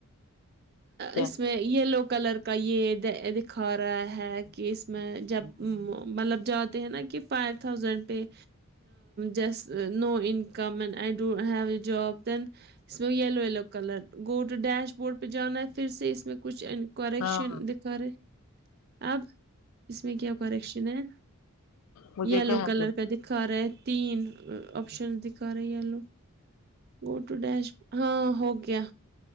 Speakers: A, on the left; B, on the right.
A: کیا
B: اس میں یلو کلر کا یہ دکھا رہا ہے کہ اس میں جب مطلب جاتے ہیں نا کہ فائیو تھاؤزینڈ پے just no income and I don't have a job then اس میں yellow yellow colour go to dashboard پہ جانا ہے پھر سے اس میں کچھ کریکشن
A: ہاں
B: دکھا رہے اب اس میں کیا کریکشن ہے
A: مجھے
B: یلو
A: کہاں
B: کلر
A: تک
B: کا دکھا رہا ہے تین آپشن دکھا رہے یلو گوٹو ڈیش ہاں ہو گیا